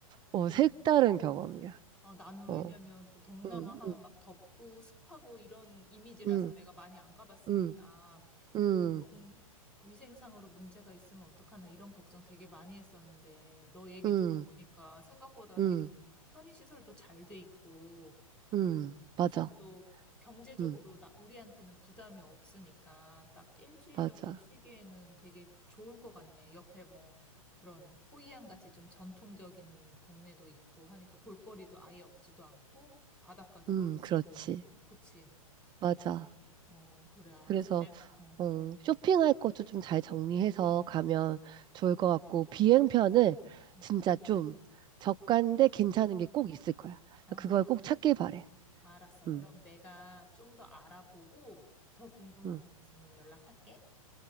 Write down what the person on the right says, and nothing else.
어, 색다른 경험이야.
어,
음,
음,
음,
음, 음,
음,
음,
음, 맞아.
응.
맞아.
음,
그렇지.
맞아.
그래서,
어, 쇼핑할 것도 좀 잘 정리해서 가면 좋을 것 같고, 비행편을
진짜 좀 저가인데 괜찮은 게 꼭 있을 거야.
그걸
꼭 찾길 바래.
음,
음.